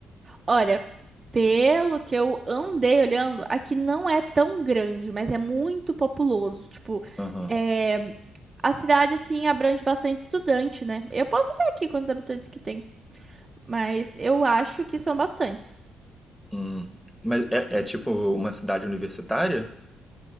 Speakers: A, on the right; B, in the centre.
A: Olha, pelo que eu andei olhando, aqui não é tão grande, mas é muito populoso. Tipo,
B: Aham.
A: é, A cidade, assim, abrange bastante estudante, né? Eu posso ver aqui quantos habitantes que tem, mas eu acho que são bastantes.
B: Hum. Mas é, é tipo uma cidade universitária?